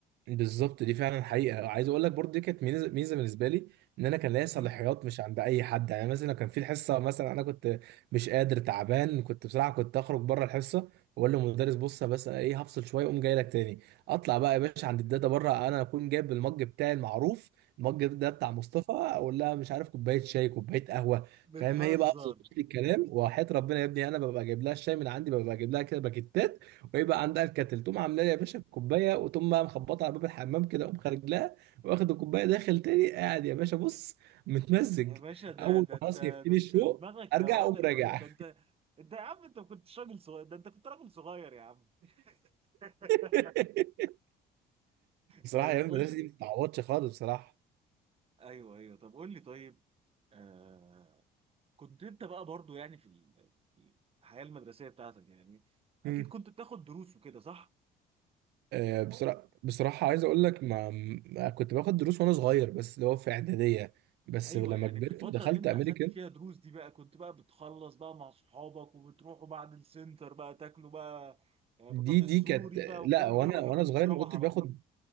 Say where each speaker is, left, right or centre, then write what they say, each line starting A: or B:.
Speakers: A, on the right; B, on the right.
A: بالظبط دي فعلا حقيقه عايز اقول لك برضه دي كانت ميزه ميزة بالنسبه لي ان انا كان ليا
B: مهم.
A: صلاحيات مش عند اي حد يعني مثلا لو كان في الحصه مثلا انا كنت مش قادر تعبان كنت بصراحه كنت اخرج بره الحصه واقول للمدرس بص بس أنا ايه هفصل شويه اقوم جاي لك تاني اطلع بقى يا باشا عند الداتا بره انا اكون جايب المج بتاعي المعروف المج ده بتاع مصطفى اقول لها مش عارف كوبايه شاي كوبايه قهوه
B: بتهزر
A: فاهم هي بقى بتظبط لي الكلام وحياه ربنا يا ابني انا ببقى جايب لها الشاي من عندي ببقى جايب لها كده باكيتات ويبقى عندها الكاتل تقوم عامله لي يا باشا الكوبايه وتقوم بقى مخبطه على باب الحمام كده اقوم خارج لها واخد الكوبايه داخل تاني قاعد يا باشا بص متمزج
B: يا باشا ده
A: اول
B: ده
A: ما
B: انت
A: خلاص يكفيني
B: ده انت
A: الشوق
B: دماغك
A: ارجع
B: روقان
A: اقوم
B: الروقان
A: راجع
B: ده انت انت يا عم انت ما كنتش راجل صغير ده انت كنت راجل صغير يا عم <laughs>
A: <laughs> بصراحه
B: طيب
A: ايام
B: قول
A: المدرسه
B: لي
A: دي ما بتتعوضش خالص بصراحه
B: ايوه ايوه طب قول لي طيب آه كنت انت بقى برضو يعني في ال- في الحياه المدرسيه بتاعتك يعني اكيد
A: مم.
B: كنت بتاخد دروس وكده صح؟
A: آه، بصراحه بصراحه عايز اقول لك ما ما- كنت باخد دروس وانا صغير بس اللي هو في اعداديه بس
B: ايوه
A: لما
B: يعني
A: كبرت
B: في الفتره
A: ودخلت
B: اللي انت
A: امريكان
B: اخدت فيها دروس دي بقى كنت بقى بتخلص بقى مع صحابك وبتروحوا بعد السنتر بقى تاكلوا بقى آه،
A: دي
B: بطاطس
A: دي كانت
B: سوري بقى والجو
A: لا وانا
B: ده ولا
A: وانا
B: كنت
A: صغير
B: بتروح
A: ما كنتش
B: على
A: باخد
B: طول؟